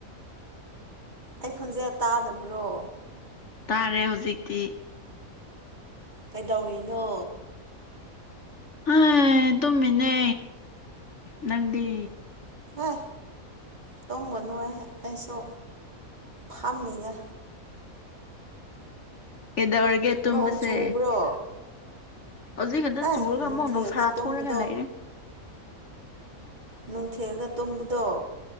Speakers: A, on the right (about 30°); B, on the left (about 55°).
A: ꯑꯩ ꯈꯣꯟꯖꯦꯜ ꯇꯥꯗꯕ꯭ꯔꯣ
B: ꯇꯥꯔꯦ ꯍꯧꯖꯤꯛꯇꯤ
A: ꯀꯩꯗꯧꯔꯤꯅꯣ
B: ꯑ ꯇꯨꯃꯤꯅꯦ ꯅꯪꯗꯤ
A: ꯑ ꯇꯨꯝꯒꯅꯨ ꯑꯩꯁꯨ ꯐꯝꯃꯤꯅꯦ
B: ꯀꯩꯗꯧꯔꯒꯦ ꯇꯨꯝꯕꯁꯦ
A: ꯅꯣꯡ ꯆꯨꯕ꯭ꯔꯣ
B: ꯍꯧꯖꯤꯛꯀ ꯈꯛꯇ
A: ꯑꯩ
B: ꯆꯨꯔꯒ
A: ꯅꯨꯡꯊꯤꯜꯗ
B: ꯑꯃꯨꯛ ꯅꯨꯡꯁꯥ
A: ꯇꯨꯝꯕꯗꯣ
B: ꯊꯣꯛ ꯑꯒ ꯂꯩꯔꯦ
A: ꯅꯨꯡꯊꯤꯜꯗ ꯇꯨꯝꯕꯗꯣ